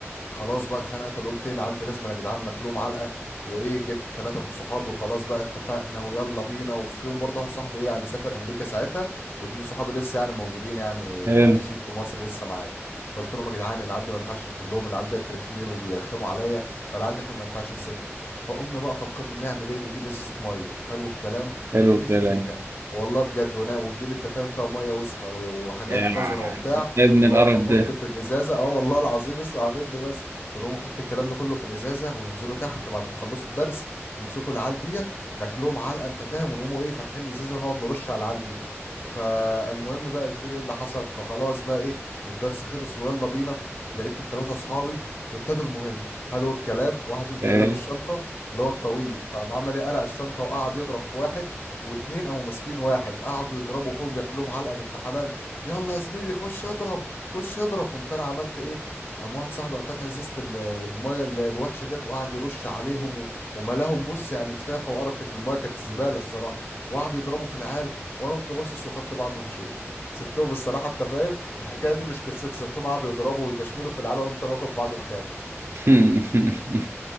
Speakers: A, on the left (about 50°); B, on the right (about 60°).
A: خلاص بقى اتخنقت اللي قلت ايه العيال دي لازم يا جدعان ناكلهم علقه وايه جبت ثلاثه من صحابي وخلاص بقى اتفقنا ويلا بينا وفيهم برضه واحد صاحبي ايه يعني سافر امريكا ساعتها واتنين صحابي لسه يعني موجودين يعني
B: حلو
A: عايشين في مصر لسه معايا قلت لهم يا جدعان العيال دي ما ينفعش نحلهم العيال دي رخمين وبيرخموا عليا فالعيال دي احنا ما ينفعش نسيبها فقمنا بقى فكرنا نعمل ايه نجيب ازازه ميه حلو الكلام
B: حلو
A: نتف
B: الكلام
A: فيها والله بجد ونا- ونجيب التفاهم فيها ميه وسخه وحاجات
B: يعني
A: قذره وبتاع
B: يا ابن
A: ونقعد
B: القرف
A: نحط
B: ده
A: في الازازه اه والله العظيم اسمع مني بس ونقوم نحط الكلام ده كله في الازازه وننزلوا تحت بعد ما نخلصوا الدرس نمسكوا العيال ديت ناكلهم علقه انت فاهم ونقوموا ايه فاتحين الازازه ونقعد نرش على العيال دي فالمهم بقى يا زميلي ايه اللي حصل فخلاص بقى ايه الدرس خلص ويلا بينا لقيت التلاتة اصحابي ابتدوا المهمه حلو الكلام واحد فيهم كان
B: حلو.
A: لابس الشنطه اللي هو الطويل فقام عمل ايه قلع الشنطه وقعد يضرب في واحد واتنين قاموا ماسكين واحد قعدوا يضربوا فيهم ياكلوهم علقه بالتحالة يلا يا زميلي خش اضرب خش اضرب قمت انا عملت ايه قام واحد صاحبي قام فاتح ازازه ال- المايه ال- الوحشه ديت وقعد يرش عليهم و- وملاهم بص يعني تفافه وقرف كانت المايه كانت زباله الصراحه وقعدوا يضربوا في العيال وانا قمت باصص وخدت بعضه ومشيت <laughs> سبتهم الصراحه انت فاهم الحكايه دي مش قصتي سبتهم قعدوا يضربوا ويدشملوا في العيال وانا قمت انا واخد بعضه وخارج
B: <laughs>